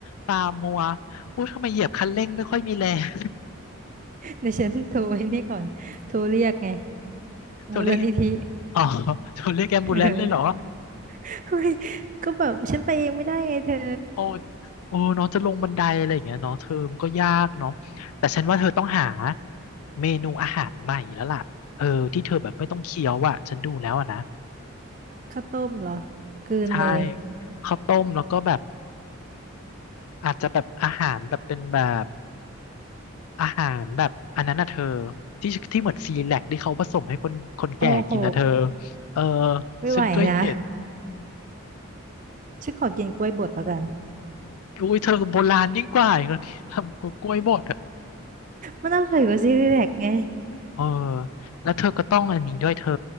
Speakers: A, on the left; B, on the right.
A: ตามัวอู้ทำไมเหยียบคันเร่งไม่ค่อยมีแรง
B: เดี๋ยวฉันโทรไอ้นี่ก่อนโทรเรียกไง
A: <laughs> เธอเรียก
B: มูลนิธิ
A: อ๋อเธอเรียกแอมบูเลนซ์เลยเหรอ
B: <laughs> เออเฮ้ยก็แบบฉันไปเองไม่ได้ไงเธอ
A: โอ้โอ้เน้องจะลงบันไดอะไรอย่างเงี้ยเนาะเทอมก็ยากเนาะแต่ฉันว่าเธอต้องหาเมนูอาหารใหม่แล้วล่ะเออที่เธอแบบไม่ต้องเคี้ยวอ่ะฉันดูแล้วอ่ะนะ
B: ข้าวต้มเหรอกลืนเลย
A: ใช่ข้าวต้มแล้วก็แบบอาจจะแบบอาหารแบบเป็นแบบอาหารแบบอันนั้นน่ะเธอที่ที่เหมือนซีแลกที่เขาผสมให้คนคนแก่กินนะเธอ
B: โอ้โห
A: เออ
B: ไม่ไหวนะ
A: ฉันเคยเห็น
B: ฉันขอกินกล้วยบดแล้วกัน
A: อุ้ยเธอโบราณยิ่งกว่าอีกแล้ว <laughs> พี่ทำกล้วยบด
B: มันอร่อยกว่าซีรีแลกไง
A: เออแล้วเธอก็ต้องอันนี้ด้วยเธอ